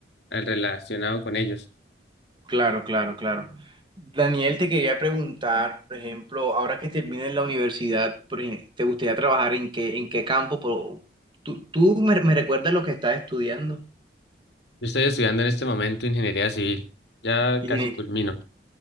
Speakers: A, on the left; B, on the right.
A: al relacionado con ellos?
B: claro, claro, claro. Daniel, te quería preguntar, por ejemplo, ahora que termines la universidad, por ej- ¿te gustaría trabajar en qué, en qué campo? por tú, tú me, me recuerdas lo que estás estudiando.
A: Yo estoy estudiando en este momento ingeniería civil, ya
B: Ingenie-
A: casi culmino.